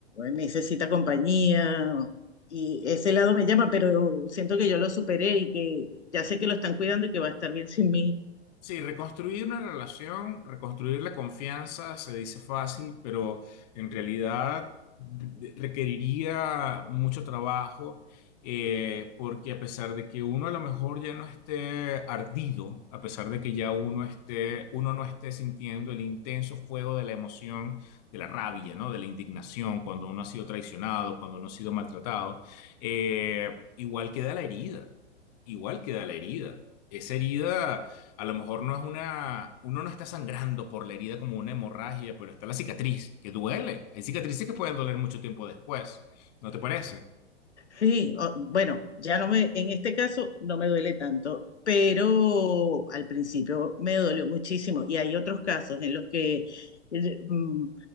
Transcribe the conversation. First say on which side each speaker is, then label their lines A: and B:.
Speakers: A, on the left; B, on the left.
A: eh, necesita compañía, y ese lado me llama, pero siento que yo lo superé y que ya sé que lo están cuidando y que va a estar bien sin mí.
B: Sí, reconstruir una relación, reconstruir la confianza se dice fácil, pero en realidad de- requeriría mucho trabajo, eh, porque a pesar de que uno a lo mejor ya no esté ardido, a pesar de que ya uno esté, uno no esté sintiendo el intenso fuego de la emoción, de la rabia, ¿no? De la indignación cuando uno ha sido traicionado, cuando uno ha sido maltratado, eh, igual queda la herida, igual queda la herida. Esa herida a lo mejor no es una, uno no está sangrando por la herida como una hemorragia, pero está la cicatriz, que duele. Hay cicatrices que pueden doler mucho tiempo después. ¿No te parece?
A: Sí, o- bueno, ya no me, en este caso no me duele tanto, pero al principio me dolió muchísimo y hay otros casos en los que eh, mm,